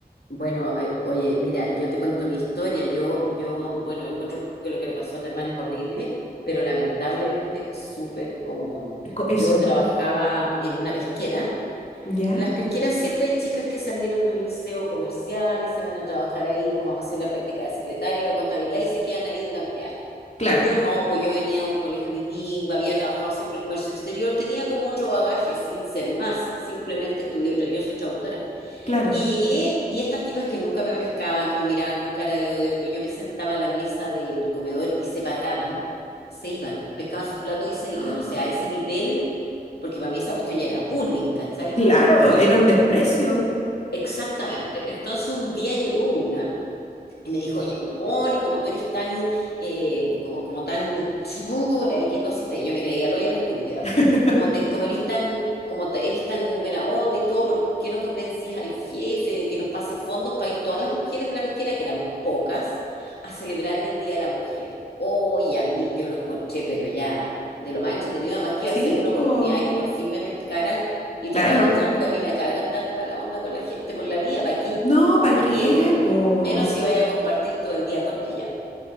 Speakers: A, on the left; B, on the left.
A: bueno, eh, oye, mira, yo te cuento mi historia. Yo, yo, bueno, encuentro que lo que le pasó a tu hermana es horrible, pero lamentablemente súper común.
B: Co- Eso,
A: Yo trabajaba en una pesquera
B: ¿ya?
A: Las pesqueras siempre hay chicas que salieron de un liceo comercial y se van a trabajar ahí como a hacer la práctica de secretaria o de contabilidad y se quedan ahí durante años.
B: Claro,
A: Yo no, pues yo venía de un colegio bilingüe, había trabajado siempre en comercio exterior, tenía como otro bagaje sin ser más, simplemente estudié, otra- yo soy traductora.
B: claro.
A: Y llegué y estas tipas que nunca me pescaban, que me miraban con cara de odio, que yo me sentaba a la mesa del comedor y se paraban, se iban, pescaban sus platos y se iban,
B: <gasps>
A: o sea, a ese nivel, porque para mí esa cuestión ya era bullying, ¿cachai?
B: Claro,
A: Bueno,
B: era un desprecio.
A: Exactamente. Entonces un día llegó una. Y me dijo, oye, Moni, como tú eres tan, eh, como, como tan chula y que tú haces, y yo me creía loya la estúpida,
B: <laughs>
A: po. Como te, como eres tan, como te- eres tan buena onda y todo, ¿por qué no convencías al jefe de que nos pase fondos para ir todas las mujeres de la pesquera, que éramos pocas, a celebrar el Día de la Mujer? Oye, a mí yo lo encontré, pero ya, de lo más entretenido, además que
B: Sí,
A: iba a ser una oportunidad
B: po,
A: de que por fin me pescaran y
B: claro.
A: tratar de entrar, porque a mí me cargan dar de mala onda con la gente por la vía, ¿para qué?
B: No, ¿para
A: ¿Para
B: qué,
A: qué? Digo yo
B: po?
A: menos si vaya a compartir todo el día con ella.